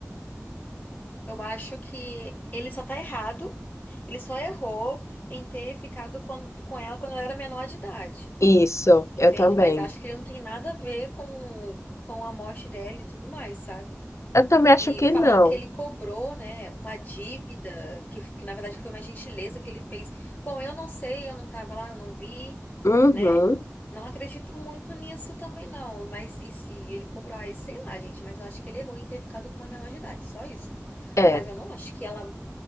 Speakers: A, on the left; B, on the left.
A: eu acho que ele só tá errado, ele só errou em ter ficado com, com ela quando ela era menor de idade,
B: Isso,
A: entende?
B: eu também.
A: Mas acho que ele não tem nada a ver com, com a morte dela e tudo mais, sabe?
B: Eu também acho
A: E
B: que
A: falaram
B: não.
A: que ele cobrou, né, uma dívida, que, que na verdade foi uma gentileza que ele fez. Bom, eu não sei, eu não estava lá, eu não vi,
B: Uhum.
A: né? Não acredito muito nisso também, não. Mas e se ele cobrou? Ah, sei lá, gente, mas eu acho que ele errou em ter ficado com uma menor de idade, só isso.
B: É.
A: Mas eu não acho que ela